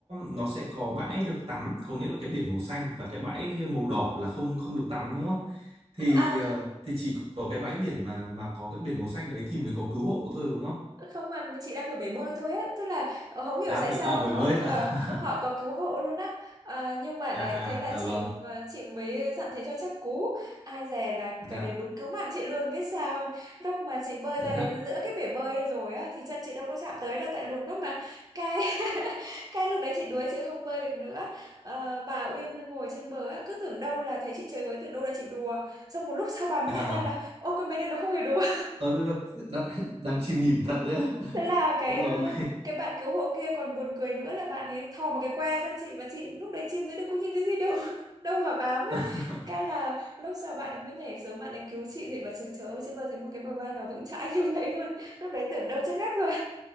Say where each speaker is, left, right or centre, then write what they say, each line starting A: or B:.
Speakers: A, on the right; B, on the right.
A: nó sẽ có bãi được tắm có nghĩa là cái biển màu xanh và cái bãi màu đỏ là không không được tắm đúng không thì
B: à,
A: ờ, thì chỉ có cái bãi biển mà mà có cái biển màu xanh đấy thì mới có cứu hộ thôi đúng không
B: không mà chị đang ở bể bơi thôi á tức là ờ, không hiểu
A: à
B: tại
A: bởi
B: sao
A: à bởi
B: họ
A: với à
B: ờ, họ
A: <laughs>
B: có cứu hộ luôn á Ờ, nhưng mà đấy
A: à,
B: thế là
A: à dạ
B: chị
A: vâng
B: mà chị mới dặn thế cho chắc cú ai dè là
A: dạ
B: cái đấy đúng cứu mạng chị luôn biết sao không? lúc mà chị bơi
A: dạ
B: ra đến giữa cái bể bơi rồi á thì chân chị đâu có chạm tới đâu tại lùn quá mà cái <laughs> cái lúc đấy chị đuối chị không bơi được nữa Ờ, bà Uyên ngồi trên bờ á cứ tưởng đâu là thấy chị chơi với tưởng đâu là chị đùa xong một lúc sau bà mới
A: à.
B: nhận ra là ô con bé này nó không hề đùa
A: Ờ, đang, đang, đang chìm nghỉm thật đấy á. <laughs>
B: Thế là cái
A: Ôi
B: ờ,
A: dồi ôi.
B: cái bạn cứu hộ kia còn buồn cười nữa là bạn ấy thò một cái que ra chị và chị lúc đấy chìm dưới nước có nhìn thấy gì đâu <laughs> đâu mà bám á
A: <laughs>
B: cái là lúc sau bạn ấy mới nhảy xuống bạn ấy cứu chị thì bà chưa chớ ơi, chứ bờ thấy một cái bờ vai nào vững chãi như <laughs> vậy luôn lúc đấy tưởng đâu chết ngắt rồi